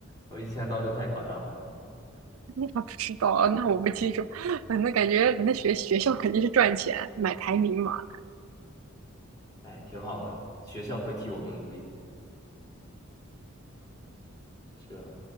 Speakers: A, on the left; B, on the right.
A: 我一千刀就太夸张了。
B: 那还不知道，那我不清楚。<laughs> 反正感觉那学学校肯定是赚钱，买排名嘛。
A: 哎，挺好的，学校会替我们努力。是啊。